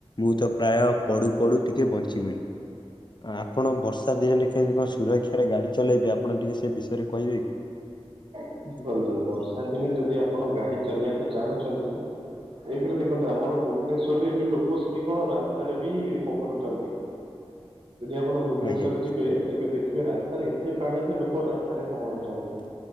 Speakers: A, on the left (about 45°); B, on the right (about 55°).
A: ମୁଁ ତ ପ୍ରାୟ ପଡୁ ପଡୁ ଟିକେ ବଞ୍ଚିଗଲି। ଆପଣ ବର୍ଷା ଦିନରେ କେମିତି କଣ ସୁରକ୍ଷାରେ ଗାଡି ଚଲେଇବେ ଆପଣ ଟିକେ ସେ ବିଷୟରେ କହିବେ କି?
B: ଦେଖନ୍ତୁ ବର୍ଷା ଦିନେ ଯଦି ଆପଣ ଗାଡି ଚଲେଇବାକୁ ଚାହୁଁଛନ୍ତି ଏଇଥିରେ ଦେଖନ୍ତ ଆମର ଭୁବନେଶ୍ୱରରେ ଏବେ ଲୋକ ସେଠି କଣ ରାସ୍ତାରେ ବି ପହଁରୁଚନ୍ତି। ଯଦି ଆପଣ ଭୁବନେଶ୍ୱରେ
A: ଆଜ୍ଞା।
B: ଯିବେ ଏବେ ଦେଖିବେ ରାସ୍ତାରେ ଏତେ ପାଣି ଯେ ଲୋକ ରାସ୍ତାରେ ପହଁରୁଚନ୍ତି।